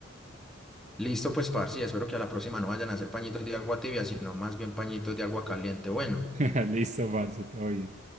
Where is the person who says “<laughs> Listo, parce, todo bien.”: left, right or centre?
Right